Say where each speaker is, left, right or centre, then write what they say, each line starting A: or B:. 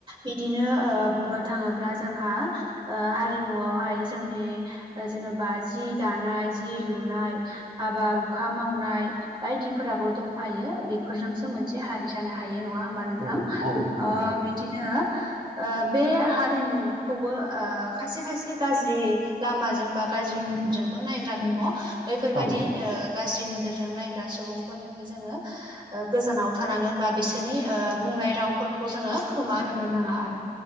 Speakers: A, on the right; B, on the right.
A: बिदिनो ओ बुंनो थाङोब्ला जोंहा हारिमुआवहाय जोंनि जेनोबा जि दानाय जि लुनाय हो हाबा हुखा मावनाय बायदिफोराबो दंफायो बे फोरजोंसो मोनसे हारि जानो हायो नङा होमबा नोंथां
B: औ औ नंगौ
A: ओ
B: नोंथां
A: बिदिनो ओ बे हारिमुखौबो ओ खायसे खायसे गाज्रि लामाजों बा गाज्रि नोजोरजोंबो नायग्रा दङ हो बैफोरबादि
B: औ
A: ओ गाज्रि नोजोरजों नायग्रा सुबुंफोर जोङो ओ गोजानाव थानांगोन बा बिसोरनि बुंनाय रावफोरखौ जोङो खोमा होनो नाङा आरो